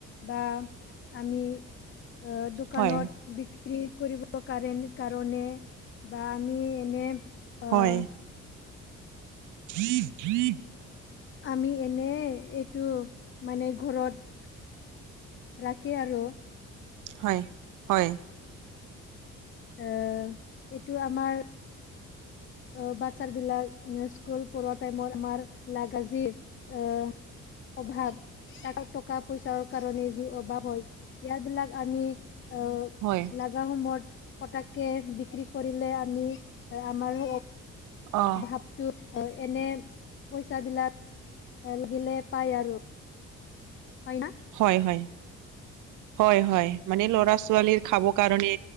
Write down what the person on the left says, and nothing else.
বা আমি অ', দোকানত
বিক্ৰী কৰিব কাৰণ কাৰণে বা আমি এনে, অহ
আমি এনে এইটো মানে ঘৰত ৰাখি আৰু
এ এইটো আমাৰ অহ, বাচ্ছাৰ বিলাক নে স্কুল পঢ়োৱা টাইমত আমাৰ লাগা যি, অহ অভাৱ আৰু টকাত পইচাৰ কাৰণে যি অভাৱ হয়, ইয়াৰ বিলাক আমি অ',
লা লাগা সময়ত পতককে বিক্ৰী কৰিলে আমি এ আমাৰো
ভাৱটো হয়। এনে পইচাবিলাক এ লাগিলে পায় আৰু। হয়, না?